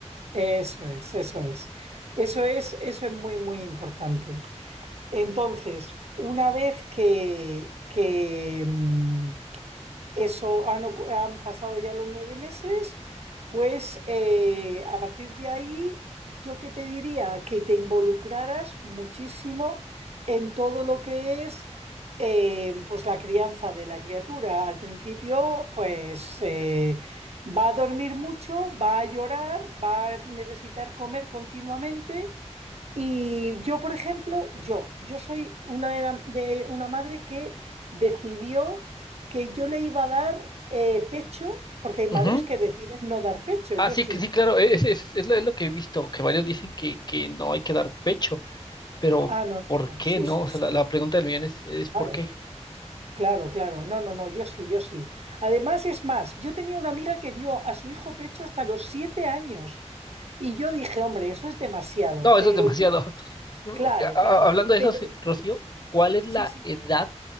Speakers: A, on the right; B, on the left.
A: Eso es, eso es. Eso es, eso es muy, muy importante. Entonces, una vez que, que, mm, eso han, ocu- han pasado ya los nueve meses, pues eh, a partir de ahí, yo que te diría que te involucraras muchísimo en todo lo que es eh, pues la crianza de la criatura. Al principio, pues eh, va a dormir mucho, va a llorar, va a necesitar comer continuamente y yo, por ejemplo, yo, yo soy una de, la- de una madre que decidió que yo le iba a dar eh, pecho, porque hay madres
B: Ujú.
A: que deciden no dar pecho,
B: Ah,
A: yo
B: sí,
A: sí.
B: que sí, claro, e, es, es, es lo, es lo que he visto, que varios dicen que, que no hay que dar pecho pero
A: Ah, no,
B: ¿por
A: no,
B: qué
A: sí,
B: no?
A: sí,
B: O sea,
A: sí,
B: la, la pregunta del millón es, es ¿por
A: claro,
B: qué?
A: claro, claro, no, no, no, yo sí, yo sí. Además, es más, yo tenía una amiga que dio a su hijo pecho hasta los siete años y yo dije, hombre, eso es demasiado,
B: No, eso
A: pero
B: es demasiado.
A: yo,
B: <laughs>
A: claro,
B: A-
A: claro,
B: a- Hablando de
A: pero
B: eso, sí, Rocío, ¿cuál es la
A: sí, sí,
B: edad